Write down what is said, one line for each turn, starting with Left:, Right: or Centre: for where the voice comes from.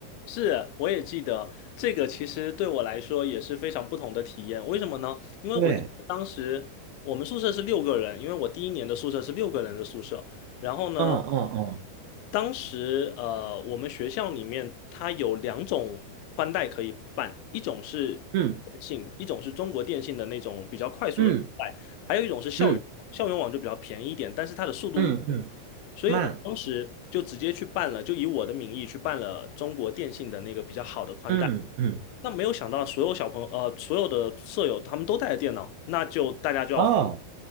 Left: 是，我也记得这个，其实对我来说也是非常不同的体验。为什么呢？因为我记得当时我们宿舍是六个人，
Right: 对，
Left: 因为我第一年的宿舍是六个人的宿舍。然后呢，
Right: 嗯嗯嗯，
Left: 当时呃，我们学校里面它有两种宽带可以办，一种是电信，
Right: 嗯
Left: 一种是中国电信的那种比较快速的宽带，
Right: 嗯
Left: 还有一种是校园网校园网就比较便宜一点，
Right: 嗯
Left: 但是它的速度慢，
Right: 嗯嗯，
Left: 所以我当时就直接去办了，
Right: 慢，
Left: 就以我的名义去办了中国电信的那个比较好的宽带。
Right: 嗯嗯，
Left: 那没有想到，所有小朋友，呃，所有的舍友他们都带着电脑，那就大家就要
Right: 哦，